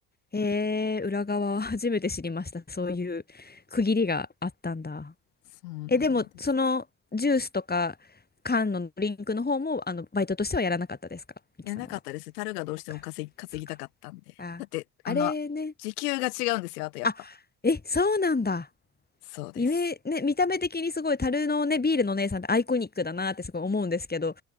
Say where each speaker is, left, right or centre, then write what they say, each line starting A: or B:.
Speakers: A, on the left (about 20°); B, on the left (about 80°).
A: へえ、裏側は <laughs> 初めて知りました。そういう区切りがあったんだ。
B: そうなんです。
A: え、でも、そのジュースとか缶のドリンクの方も、あの、バイトとしてはやらなかったですかミキさんは。
B: いや、なかったです。樽がどうしても稼ぎ、
A: そっか、
B: 稼ぎたかったんで。
A: そっか。あ、
B: だって、あの、
A: あれね。
B: 時給が違うんですよ。あとやっぱ。
A: あ、え、そうなんだ。
B: そうです。
A: イメ、ね、見た目的にすごい樽のね、ビールのお姉さんってアイコニックだなってすごい思うんですけど、